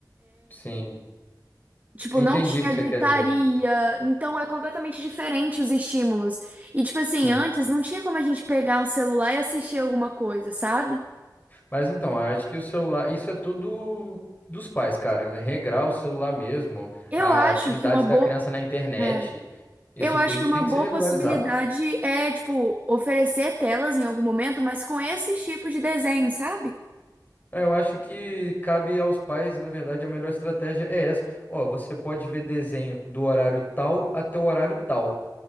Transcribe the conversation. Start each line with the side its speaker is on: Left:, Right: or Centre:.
Left: Sim.
Right: Tipo,
Left: Eu entendi
Right: não tinha
Left: o que
Right: gritaria.
Left: você quer dizer.
Right: Então, é completamente diferente os estímulos. E, tipo assim,
Left: Sim.
Right: antes não tinha como a gente pegar um celular e assistir alguma coisa, sabe?
Left: Mas então, eu acho que o celular, isso é tudo dos pais, cara. Regrar o celular mesmo,
Right: Eu
Left: a
Right: acho
Left: atividade
Right: que uma boa.
Left: da criança na internet,
Right: é.
Left: isso
Right: Eu
Left: tudo
Right: acho que uma
Left: tem
Right: boa
Left: que ser regularizado.
Right: possibilidade é, tipo, oferecer telas em algum momento, mas com esses tipos de desenho, sabe?
Left: É, Eu acho que cabe aos pais, e na verdade a melhor estratégia é essa. Ó, você pode ver desenho do horário tal até o horário tal.